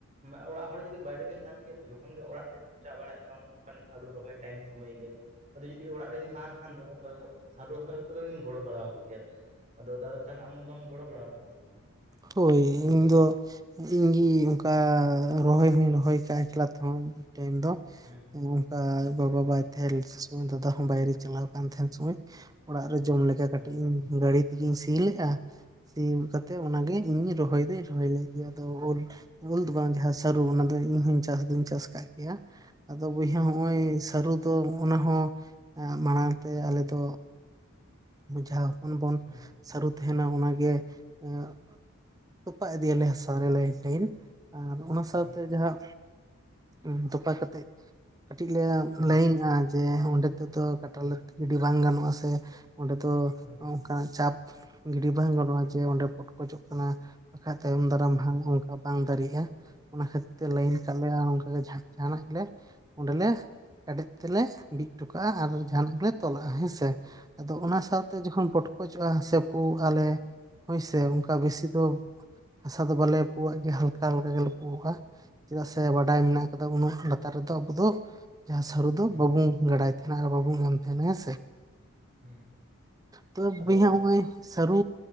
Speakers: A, on the right; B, on the right.
A: ᱵᱟ ᱚᱲᱟᱜ ᱦᱚᱲ ᱡᱩᱫᱤ ᱵᱟᱭᱨᱮ ᱨᱮᱧ ᱛᱟᱦᱮᱱ ᱜᱮᱭᱟ ᱥ ᱛᱚ ᱡᱚᱠᱷᱚᱱ ᱜᱮ ᱚᱲᱟᱜ ᱨᱮ ᱪᱟᱵᱟᱭ ᱡᱮᱢᱚᱱᱼᱼ ᱠᱟᱱ ᱥᱟᱲᱩ ᱨᱚᱦᱚᱭ ᱴᱟᱭᱤᱢ ᱥᱚᱢᱟᱹᱭ ᱜᱮ᱾ ᱟᱫᱚ ᱡᱩᱫᱤ ᱚᱲᱟᱜ ᱨᱤᱧ ᱛᱟᱦᱮᱱ ᱠᱷᱟᱱ ᱫᱚ ᱟᱫᱚ ᱥᱟᱨᱩ ᱨᱚᱦᱚᱭ ᱠᱚᱫᱚᱧ ᱜᱚᱲᱚ ᱵᱟᱲᱟᱣ ᱠᱚ ᱜᱮᱭᱟ᱾ ᱟᱫᱚ ᱫᱟᱫᱟ ᱛᱟᱦᱚᱞᱮ ᱟᱢ ᱫᱚᱢ ᱜᱚᱲᱚ ᱵᱟᱲᱟᱣ ᱠᱚᱣᱟ ᱥᱮ ᱵᱟᱝ?
B: ᱦᱳᱭ ᱤᱧ ᱫᱚᱼᱼ ᱤᱧ ᱜᱤ ᱩᱱᱠᱟ ᱨᱚᱦᱚᱭ ᱦᱩᱧ ᱨᱚᱦᱚᱭ ᱠᱟᱜ-ᱟ ᱮᱠᱞᱟ ᱛᱮᱦᱚᱸ ᱢᱤᱜ ᱴᱟᱭᱤᱢ ᱫᱚ᱾
A: ᱦᱮᱸ᱾
B: ᱚᱱᱠᱟ ᱜᱚ ᱵᱟᱵᱟᱭ ᱛᱟᱦᱮᱸ ᱞᱮᱱ ᱥᱚᱢᱚᱭ ᱫᱟᱫᱟ ᱦᱚᱸ ᱵᱟᱭᱨᱮ ᱪᱟᱞᱟᱣ ᱠᱟᱱ ᱛᱟᱦᱮᱸᱱ ᱥᱚᱢᱚᱭᱼᱼ ᱚᱲᱟᱜ ᱨᱮ ᱡᱚᱢ ᱞᱮᱠᱟ ᱠᱟᱹᱴᱤᱡ
A: ᱦᱮᱸ
B: ᱤᱧ ᱜᱟᱲᱤ ᱛᱮᱜᱤᱧ ᱥᱤ ᱞᱮᱜ-ᱟ ᱥᱤ ᱠᱟᱛᱮᱜ
A: ᱦᱮᱸ
B: ᱚᱱᱟ ᱜᱮᱼᱼ ᱤᱧ ᱨᱚᱦᱚᱭ ᱫᱩᱧ ᱨᱚᱦᱚᱭ ᱞᱮᱜ ᱜᱮᱭᱟ ᱟᱫᱚ ᱦᱩᱞ ᱵᱷᱩᱞ ᱫᱩ ᱵᱟᱝ ᱡᱟᱦᱟᱸᱼᱼ ᱥᱟᱨᱩ ᱚᱱᱟ ᱫᱚ ᱤᱧ ᱦᱩᱧ ᱪᱟᱥ ᱫᱩᱧ ᱪᱟᱥ ᱠᱟᱜ ᱜᱮᱭᱟ, ᱟᱫᱚ ᱵᱩᱭᱦᱟ ᱦᱚᱸᱜ-ᱚᱸᱭ ᱥᱟᱨᱩᱼᱼ ᱛᱚ ᱚᱱᱟ ᱦᱚᱸ ᱮ ᱢᱟᱬᱟᱝ ᱛᱮ ᱟᱞᱮ ᱫᱚᱼᱼ ᱵᱩᱡᱷᱦᱟ ᱦᱚᱯᱚᱱ ᱵᱚᱱ
A: ᱦᱮᱸ
B: ᱥᱟᱹᱨᱩ ᱛᱮᱦᱮᱱᱟ ᱚᱱᱟ ᱜᱮᱼ ᱮᱸᱜ ᱛᱚᱯᱟ ᱤᱫᱤ ᱭᱟᱞᱮ ᱦᱟᱥᱟ ᱨᱮ ᱞᱟᱹᱭᱤᱱ ᱞᱟᱹᱭᱤᱱ ᱟᱨᱼᱼ ᱚᱱᱟ
A: ᱦᱮᱸ
B: ᱥᱟᱶᱛᱮ
A: ᱦᱮᱸ
B: ᱡᱟᱦᱟᱸ ᱮᱸ ᱛᱚᱯᱟ ᱠᱟᱛᱮᱜ ᱠᱟᱹᱴᱤᱡ ᱞᱮ
A: ᱦᱮᱸ
B: ᱞᱟᱹᱭᱤᱱ-ᱟᱼᱼ ᱡᱮ ᱚᱸᱰᱮ ᱛᱮᱫᱚ ᱠᱟᱴᱟ
A: ᱦᱮᱸ
B: ᱞᱟᱹᱴᱷᱤ
A: ᱦᱮᱸ
B: ᱜᱤᱰᱤ ᱵᱟᱝ ᱜᱟᱱᱚᱜ-ᱟ ᱥᱮ ᱚᱸᱰᱮ ᱫᱚ
A: ᱦᱮᱸ ᱦᱮᱸ ᱦᱮᱸ ᱦᱮᱸ ᱦᱮᱸ
B: ᱚᱸᱜᱻᱼᱼ ᱠᱟ ᱪᱟᱯ ᱜᱤᱰᱤ ᱵᱟᱝ ᱜᱟᱱᱚᱜ-ᱟ ᱡᱮ ᱚᱸᱰᱮ ᱯᱚᱴᱠᱚᱪᱚᱜ ᱠᱟᱱᱟ ᱵᱟᱠᱷᱟᱡ ᱛᱟᱭᱚᱢ ᱫᱟᱨᱟᱢ ᱵᱷᱟᱝ ᱚᱝᱠᱼᱼ ᱠᱟ ᱵᱟᱝ ᱫᱟᱹᱨᱤᱜ-ᱟ ᱚᱱᱟ ᱠᱷᱟᱹᱛᱤᱨ ᱛᱮ ᱞᱟᱹᱭᱤᱱ ᱠᱟᱜ ᱞᱮ ᱟ ᱚᱱᱠᱟ ᱜᱮ ᱡᱷᱟᱸᱼᱼ ᱡᱟᱦᱟᱸ ᱱᱟᱜ ᱜᱮᱞᱮ ᱚᱸᱰᱮ ᱞᱮ ᱠᱟᱰᱮᱡ ᱛᱮᱞᱮ ᱵᱤᱫ ᱴᱩ ᱠᱟᱜ-ᱟ ᱟᱨ ᱡᱟᱦᱟᱸ ᱱᱟᱜ ᱜᱮᱞᱮᱼᱼ ᱛᱚᱞᱟᱜ-ᱟ ᱦᱮᱸ ᱥᱮ ᱟᱫᱚ ᱚᱱᱟ ᱥᱟᱶᱛᱮ ᱡᱚᱠᱷᱚᱱ ᱯᱚᱴᱠᱚᱪᱚᱜ-ᱟ ᱥᱮ ᱯᱩᱣ ᱟᱞᱮᱼᱼ ᱥᱮ ᱚᱱᱠᱟ ᱵᱮᱥᱤ ᱫᱚ ᱦᱟᱥᱟ ᱫᱚ ᱵᱟᱞᱮ ᱯᱩᱣᱟᱜ ᱜᱮᱭᱟ ᱦᱟᱞᱠᱟ ᱦᱟᱞᱠᱟ ᱜᱮᱞᱮ ᱯᱩᱣᱟᱜ-ᱟ᱾ ᱪᱮᱫᱟᱜ ᱥᱮ ᱵᱟᱰᱟᱭ ᱢᱮᱱᱟᱜ ᱠᱟᱫᱟ ᱩᱱᱟᱹᱜ ᱞᱟᱛᱟᱨ ᱨᱮᱫᱚ ᱟᱹᱵᱩ ᱫᱚᱼᱼ ᱡᱟᱦᱟᱸ ᱥᱟᱹᱨᱩ ᱫᱚ
A: ᱦᱮᱸ ᱦᱮᱸ
B: ᱵᱟᱹᱵᱩᱱ ᱜᱟᱰᱟᱭ ᱛᱮᱦᱮᱱᱟ ᱟᱨ ᱵᱟᱹᱵᱩᱱ ᱮᱢ ᱛᱷᱮᱦᱮᱱᱟ ᱦᱮᱸ ᱥᱮ᱾
A: ᱦᱮᱸ
B: ᱛᱚ
A: ᱟᱫᱚ
B: ᱵᱩᱭᱦᱟ ᱦᱚᱸᱜ-ᱚᱸᱭ ᱥᱟᱹᱨᱩ